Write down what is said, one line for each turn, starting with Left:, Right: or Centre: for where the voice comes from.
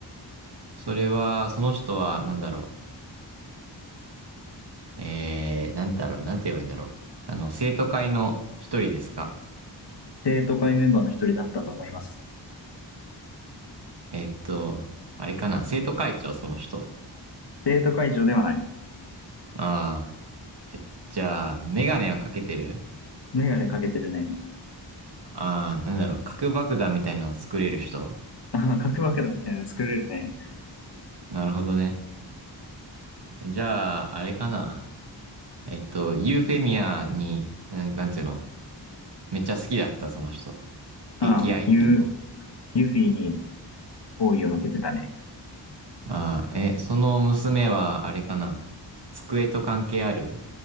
Right: それは、その人は、なんだろう。えー、なんだろう、なんて言えばいいんだろう。あの、生徒会の一人ですか
Left: 生徒会メンバーの一人だったと思います。
Right: えっと、あれかな、生徒会長、その人。
Left: 生徒会長ではない。
Right: ああ、え、じゃあ、メガネはかけてる
Left: メガネかけてるね。
Right: ああ、なんだろう、核爆弾みたいなのを作れる人
Left: ああ、核爆弾みたいなの作れるね。
Right: なるほどね。じゃあ、あれかな。えっと、ユーフェミアに、なん、なんていうのめっちゃ好きだった、その人。
Left: ああ、
Right: 溺愛っていうの
Left: ユ、ユフィに好意を向けてたね。
Right: ああ、え、その娘は、あれかな。机と関係ある